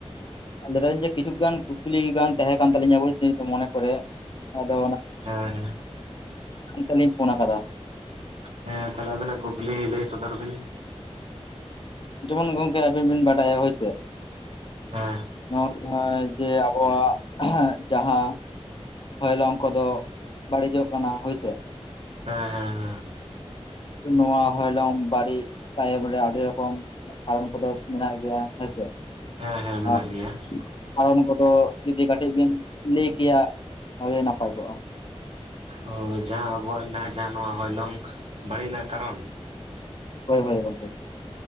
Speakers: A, on the left; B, on the right.
A: ᱞᱟᱹᱭ ᱫᱟᱞᱤᱧ ᱡᱮ ᱠᱤᱪᱷᱩ ᱜᱟᱱ ᱠᱩᱠᱞᱤ ᱜᱟᱱ ᱛᱟᱦᱮᱸ ᱠᱟᱱ, ᱛᱟᱹᱞᱤᱧᱟ <unintelligible> ᱢᱚᱱᱮ ᱠᱚᱨᱮ ᱟᱫᱚ
B: ᱦᱮᱸ
A: <unintelligible> ᱞᱤᱧ ᱯᱷᱳᱱ ᱠᱟᱫᱟ᱾
B: ᱦᱮᱸ ᱛᱟᱦᱚᱞᱮ ᱟᱵᱤᱱᱟᱜ ᱠᱩᱠᱞᱤ ᱞᱟᱹᱭ ᱥᱚᱫᱚᱨ ᱵᱤᱱ?
A: ᱡᱮᱢᱚᱱ ᱜᱚᱝᱠᱮ ᱟᱵᱤᱱ ᱵᱤᱱ ᱵᱟᱰᱟᱭᱟ ᱦᱳᱭᱥᱮ᱾
B: ᱦᱮᱸ
A: ᱱᱚᱣᱟ ᱡᱮ ᱟᱵᱚᱣᱟᱜ ᱡᱟᱦᱟᱸ ᱦᱚᱭᱞᱚᱝ ᱠᱚᱫᱚ ᱵᱟᱹᱲᱤᱡᱚᱜ ᱠᱟᱱᱟ ᱦᱳᱭᱥᱮ᱾
B: ᱦᱮᱸ ᱦᱮᱸ ᱦᱮᱸ᱾
A: ᱱᱚᱣᱟ ᱦᱚᱭᱞᱚᱝ ᱵᱟᱲᱤᱡ ᱛᱟᱭᱚᱢ ᱨᱮ ᱟᱹᱰᱤ ᱨᱚᱠᱚᱢ <unintelligible> ᱠᱚᱫᱚ ᱢᱮᱱᱟᱜ ᱜᱮᱭᱟ ᱦᱮᱸᱥᱮ
B: ᱦᱮᱸ ᱦᱮᱸ ᱢᱮᱱᱟᱜ
A: ᱟᱨ
B: ᱜᱮᱭᱟ᱾
A: ᱠᱟᱨᱚᱱ ᱠᱚᱫᱚ ᱡᱩᱫᱤ ᱠᱟᱹᱴᱤᱡ ᱵᱤᱱ ᱞᱟᱹᱭ ᱠᱮᱭᱟ ᱛᱮ ᱱᱟᱯᱟᱭ ᱠᱚᱜᱼᱟ᱾
B: ᱳᱸ ᱡᱟᱦᱟᱸ ᱟᱵᱚᱣᱟᱜ ᱡᱟᱦᱟᱸ ᱡᱟᱦᱟᱸ ᱱᱚᱣᱟ ᱦᱚᱭᱞᱚᱝ ᱵᱟᱹᱲᱤᱡ ᱨᱮᱱᱟᱜ ᱠᱟᱨᱚᱱ᱾
A: ᱦᱳᱭ ᱦᱳᱭ ᱦᱳᱭ ᱜᱚᱝᱠᱮ ᱾